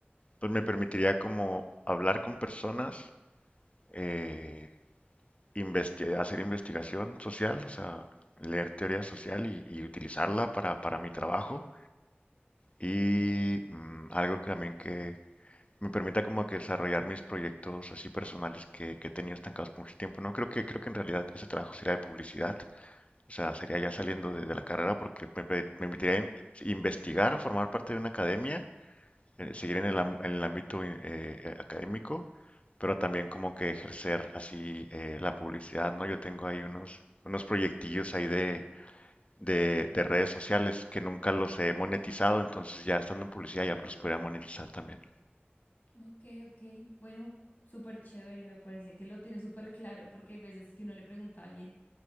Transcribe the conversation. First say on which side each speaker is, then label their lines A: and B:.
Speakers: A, on the left; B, on the left.
A: pues me permitiría como hablar con personas eh, investi- hacer investigación social, o sea, leer teoría social y, y utilizarla para, para mi trabajo. Y mm, algo que también que me permita como que desarrollar mis proyectos así personales que, que he tenido estancados por mucho tiempo. No creo que, creo que en realidad ese trabajo sería de publicidad, o sea, sería ya saliendo de, de la carrera porque me, pe- me permitiría in- investigar, formar parte de una academia eh, seguir en el, am- en el ámbito eh, eh, académico, pero también como que ejercer así eh, la publicidad, ¿no? Yo tengo ahí unos, unos proyectillos ahí de, de, de redes sociales que nunca los he monetizado, entonces ya estando en publicidad ya los podría monetizar también.
B: Ok, ok, bueno, súper chévere, me parece que lo tiene súper claro, porque hay veces que uno le pregunta a alguien